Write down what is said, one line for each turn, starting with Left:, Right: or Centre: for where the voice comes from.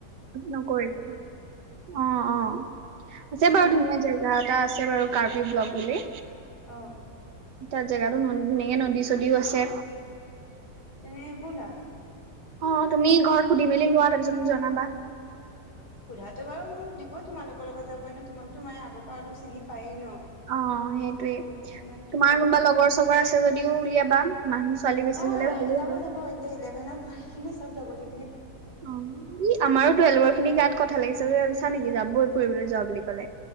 Right: নকৰিব অ অ আছে
Left: কি
Right: বাৰু
Left: কৰা
Right: ধুনীয়া জেগা এটা আছে বাৰু কাৰ্বি ব্লক। বোলে।
Left: অঁহ।
Right: তাত জেগাতো ন ধুনেকে নদী চদীও আছে।
Left: তেনে বোলা।
Right: অ তুমি ঘৰত সুধি মেলি লোৱা তাৰপিছত মোক জনাবা।
Left: সোধাটো বাৰু মোক দিব তোমালোকৰ লগত যাবই নো তোমাকতো মায় আগৰ পৰা অলপ চিনি পায়েই ন।
Right: অ সেইটোৱে
Left: ত'
Right: তোমাৰ
Left: ইমানতো প্ৰব্লেম
Right: কোনোবা
Left: নাই
Right: লগৰ চগৰ আছে যদিও উলিয়াবা। মানুহ ছোৱালী বেছি
Left: অ
Right: হলে ভালেই
Left: যাব
Right: হয়।
Left: যাব এতিয়া ইলেভেনত। সেইখিনি চব যাব সেই
Right: অঁ আমাৰোতো এলবৰ খিনি গাত কথা লাগিছোব চা নেকি যাবই ফুৰিবলৈ যোৱা বুলি ক'লে